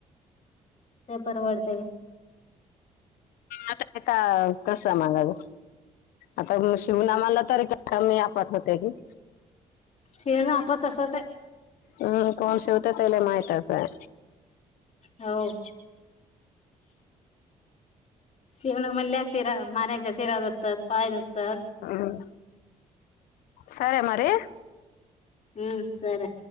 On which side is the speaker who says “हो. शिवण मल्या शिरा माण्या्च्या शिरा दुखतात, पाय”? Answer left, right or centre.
Left